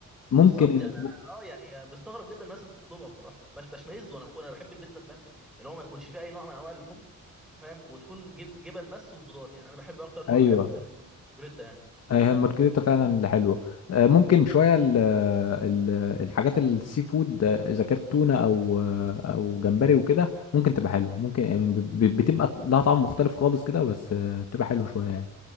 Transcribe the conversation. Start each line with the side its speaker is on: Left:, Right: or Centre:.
Left: ممكن
Centre: بالظبط
Left: ال...
Centre: يعني انا اه يعني بستغرب جدا من الناس اللي بتطلبها بصراحه مش بشمئز وانا باكلها انا بحب البيتزا فاهم اللي هو ما يكونش فيها اي نوع من انواع اللحوم فاهم وتكون جبن, جبن بس وخضار يعني انا بحب اكتر نوع
Left: ايوه
Centre: بحبه كان البرجريتا يعني
Left: أي هي المارجريتا فعلا اللي حلوه آه، ممكن شويه ال ال الحاجات السي فود آه، اذا كانت تونه او آه، او جمبري وكده ممكن تبقى حلوه ممكن يعني ب- ب- بتبقى لها طعم مختلف خالص كده بس آه، بتبقى حلوه شويه يعني